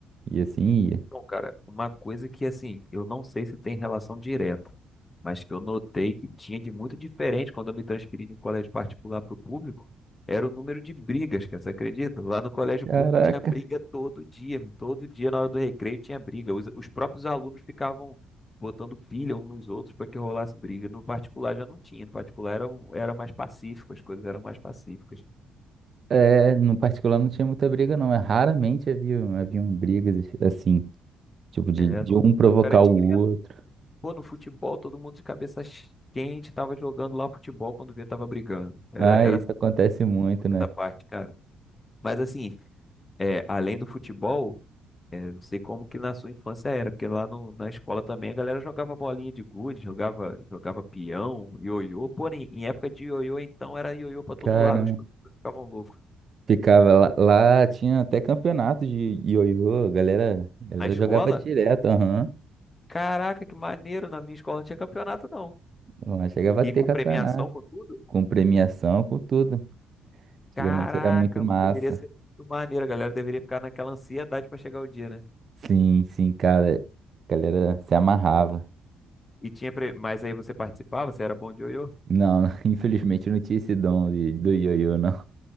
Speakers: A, on the right; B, on the left.
A: e assim ia.
B: Então, cara, uma coisa que assim, eu não sei se tem relação direta, mas que eu notei que tinha de muito diferente quando eu me transferi de um colégio particular para o público, era o número de brigas, cara, você acredita? Lá no colégio
A: Caraca.
B: público tinha briga todo dia, todo dia na hora do recreio tinha briga. Os, os próprios alunos ficavam botando pilha uns nos outros para que rolasse briga. No particular já não tinha, no particular era, um- era mais pacífico, as coisas eram mais pacíficas.
A: É, no particular não tinha muita briga não. É, Raramente haviam, haviam brigas assim, tipo de,
B: É,
A: de
B: no
A: um
B: público
A: provocar
B: era direto.
A: o outro.
B: Pô, no futebol, todo mundo de cabeça quente tava jogando lá futebol quando vê tava brigando. Era,
A: Ah,
B: era
A: isso acontece muito,
B: muita
A: né?
B: parte, cara. Mas assim, é, além do futebol, é, não sei como que na sua infância era, porque lá no- na escola também a galera jogava bolinha de gude, jogava, jogava peão, ioiô. Porém, em época de ioiô, então era ioiô pra todo
A: Caramba.
B: lado, os professores ficavam loucos.
A: Ficava lá, lá tinha até campeonato de ioiô, a galera, a galera
B: Na escola?
A: jogava direto, aham.
B: Caraca, que maneiro! Na minha escola não tinha campeonato, não.
A: Lá chegava
B: E
A: a ter
B: com
A: campeonato.
B: premiação, com tudo.
A: Com premiação, com tudo. Antigamente
B: Caraca,
A: era muito massa.
B: mano, deveria ser muito maneiro, a galera deveria ficar naquela ansiedade pra chegar o dia, né?
A: Sim, sim, cara. A galera se amarrava.
B: E tinha, pre- mas aí você participava, você era bom de ioiô?
A: Não, <laughs> infelizmente eu não tinha esse dom de, do ioiô, não.